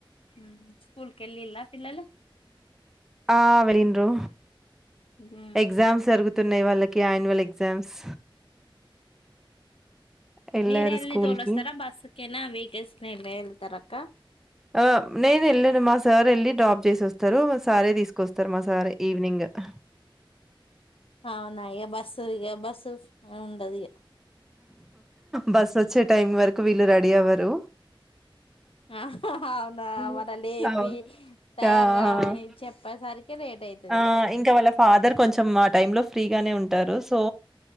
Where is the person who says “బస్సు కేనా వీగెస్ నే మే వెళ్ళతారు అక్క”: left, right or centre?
Left